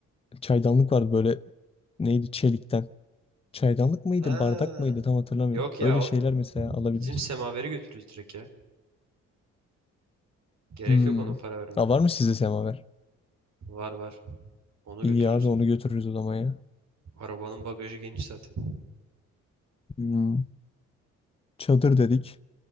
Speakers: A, on the left; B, on the right.
A: çaydanlık vardı böyle neydi çelikten. Çaydanlık mıydı,
B: Ha,
A: bardak mıydı tam hatırlamıyorum.
B: yok ya
A: Öyle
B: o
A: şeyler mesela alabiliriz.
B: bizim semaveri götürürüz direkt ya. Gerek
A: Hmm.
B: yok ona para verme.
A: Aa, var mı sizde semaver?
B: Var var. Onu
A: İyi
B: götürürüz.
A: abi onu götürürüz o zaman ya.
B: Arabanın bagajı geniş zaten.
A: Hmm, Çadır dedik.